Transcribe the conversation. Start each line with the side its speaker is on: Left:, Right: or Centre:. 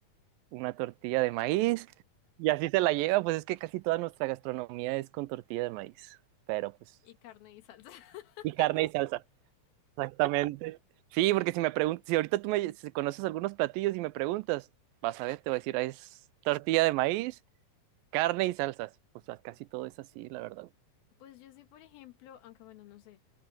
Right: Una tortilla de maíz y así se la lleva. Pues es que casi toda nuestra gastronomía es con tortilla de maíz, pero pues
Left: Y carne y salsa. <laughs>
Right: y carne y salsa. Exactamente. Sí, porque si me preguntas, si ahorita tú me si conoces algunos platillos y me preguntas, vas a ver, te voy a decir, ah, es tortilla de maíz Carne y salsas. Pues casi todo es así, la verdad.
Left: Pues yo sí, por ejemplo, aunque bueno, no sé.